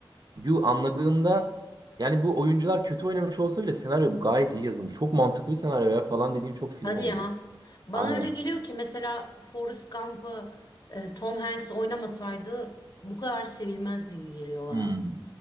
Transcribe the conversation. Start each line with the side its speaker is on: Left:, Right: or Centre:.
Right: Yu anladığımda yani bu oyuncular kötü oynamış olsa bile senaryo gayet iyi yazılmış. Çok mantıklı bir senaryo ya falan dediğim çok film
Left: Hadi
Right: oluyordu.
Left: ya. Bana
Right: Aynen
Left: öyle geliyor ki mesela Forrest Gump'ı e, Tom Hanks oynamasaydı bu kadar sevilmezdi gibi geliyor bana.
Right: Hmm.